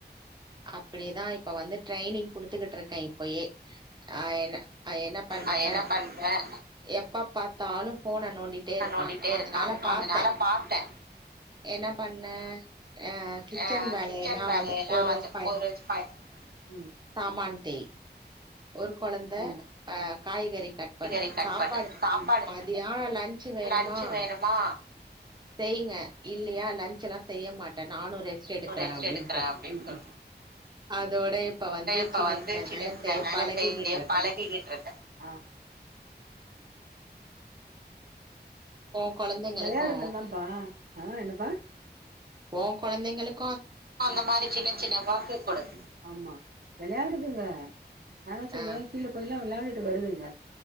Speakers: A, on the right; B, on the right.
A: அப்படிதா இப்ப வந்து ட்ரைனிங் குடுத்துக்கிட்ருக்கே இப்பயே ஆ என்ன ஆ என்ன பண்றே
B: அஹ் என்ன பண்ற
A: எப்ப பா தாலு போன நோண்டிட்டே இருக்கா
B: நோண்டிட்டே
A: அதனால
B: இருக்கா
A: பாத்தே
B: அதனால பாத்தே
A: என்ன பண்ண அ கிச்சன்
B: அ
A: வேலையெல்லா
B: கிச்சன் வேலையெல்லா
A: வந்து ஒரு
B: வந்து
A: ப
B: ஒரு ம்
A: சாமன்தேய் ஒரு கொழந்த
B: ம்
A: ஆ காய்கறி கட் பண்ணு
B: காய்கறி கட்
A: சாப்பாடு
B: பண்ணு சாப்பாடு
A: மதியாணோ லன்ஞ்சு வேணுமா
B: லன்ச்சு வேணுமா
A: செய்ங்க இல்லியா லன்ஞ்ச் எல்லா செய்ய மாட்டே நானு ரெஸ்ட் எடுக்கறே
B: ஒரு ரெஸ்ட்
A: அப்டின்
B: எடுக்கறே
A: சொல்
B: அப்டின்னு சொல்
A: அதோட இப்ப வந்து
B: இப்ப
A: சின்ன
B: வந்து
A: சின்ன வேல
B: சின்ன
A: செய்ய
B: வேல
A: பழகிக்கிட்டு
B: பெ <unintelligible>
A: இருக்கே
B: பழகிக்கிட்டு இருக்கே ஆ
A: ஓ கொழந்தைங்களுக்கு
B: வெளையாடுனதாப்பா ஆ என்னப்பா
A: ஓ கொழந்தைங்களுக்
B: அந்த மாரி சின்ன சின்ன வாக்குகூட ஆமா வெளையாடுதுங்க நா தா சொல்றனே
A: ஆ
B: கீழ போயில்லா விள்யாடி வருதுங்க